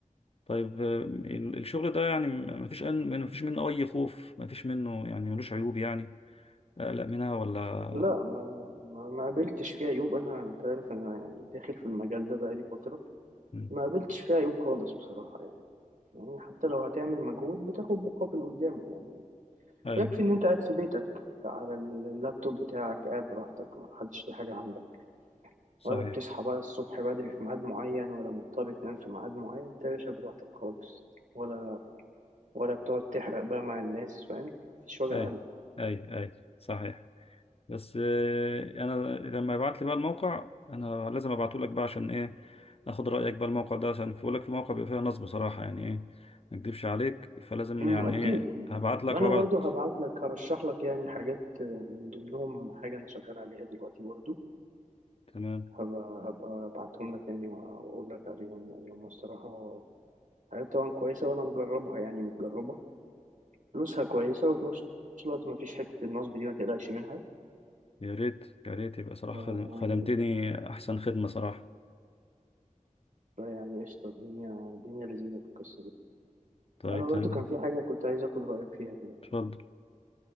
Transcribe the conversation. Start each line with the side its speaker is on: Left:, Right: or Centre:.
Left: طيب آه، ال- الشغل ده يعني ما فيش ما فيش منه اي خوف ما فيش منه يعني ملوش عيوب يعني اقلق منها ولا
Right: لا ما ما, ما قابلتش فيه عيوب انا انت عارف انا يعني داخل في المجال ده بقالي فترة
Left: مم.
Right: ما قابلتش فيه عيوب خالص بصراحة يعني يعني حتى لو هتعمل مجهود بتاخد مقابل قدامه يعني
Left: اي
Right: ويكفي ان انت قاعد في بيتك على اللابتوب بتاعك قاعد براحتك ما حدش ليه حاجة عندك
Left: صحيح
Right: ولا بتصحى بقى الصبح بدري في ميعاد معين ولا مضطر تنام في ميعاد معين انت يا باشا براحتك خالص ولا ولا بتقعد تحرق بقى مع الناس فاهم مفيش وجع
Left: اي
Right: قلب
Left: اي اي صحيح بس آه، انا لما يبعت لي بقى الموقع انا لازم ابعته لك بقى عشان ايه اخد رايك بقى الموقع ده عشان بقول لك في موقع بيبقى فيها نصب بصراحه يعني ايه ما اكدبش عليك فلازم
Right: امم
Left: يعني
Right: اكيد
Left: ايه هبعت لك
Right: ما انا
Left: وابعت
Right: برضو هبعت لك هرشح لك يعني حاجات من ضمنهم حاجه انا شغال عليها دلوقتي برضو
Left: تمام
Right: هبقى هبقى ابعتهم لك يعني وأ- واقول لك عليهم يعني هم الصراحه حاجات طبعا كويسه وانا مجربها يعني متجربه فلوسها كويسه وفي نفس الوقت ما فيش حته النصب دي ما تقلقش منها
Left: يا ريت يا ريت يبقى صراحه
Right: يعني
Left: خدم- خدمتني احسن خدمه صراحه
Right: فيعني قشطة الدنيا الدنيا لذيذة في القصة دي
Left: طيب
Right: أنا
Left: تمام
Right: برضو كان في حاجة كنت عايز أخد رأيك فيها كده
Left: اتفضل